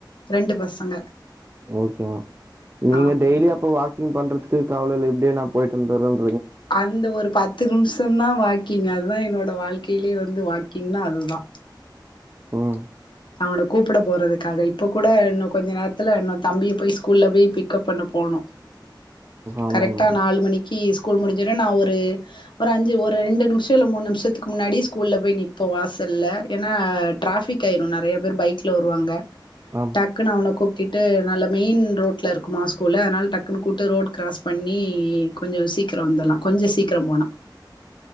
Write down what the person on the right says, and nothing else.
ஓகேமா நீங்க
டெய்லி அப்ப வாக்கிங் பண்றதுக்கு ட்ராவல்ல இப்டியே நா போய்ட்டு வந்துறோம்
ம்
ஆமா
மேம்
ஆம்